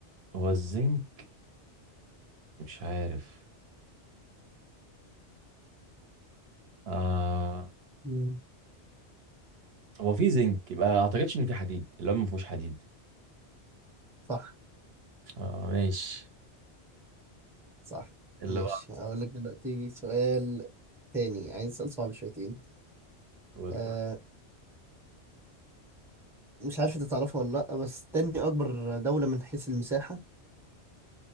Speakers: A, on the right; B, in the centre.
A: هو الزنك مش عارف آه
B: مم.
A: هو في زنك يبقى ما اعتقدش ان في حديد اللي هو ما فيهوش حديد
B: صح
A: اه ماشي
B: صح
A: اللي
B: ماشي
A: بقى
B: اقول لك دلوقتي سؤال تاني عايز سؤال صعب شويتين
A: ودع
B: آه، مش عارف انت تعرفها ولا لا بس تاني اكبر دولة من حيث المساحة